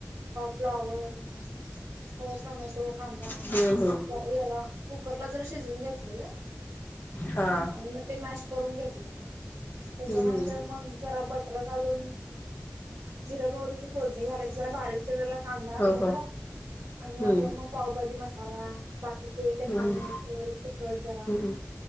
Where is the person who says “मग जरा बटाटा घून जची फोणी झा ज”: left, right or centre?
Right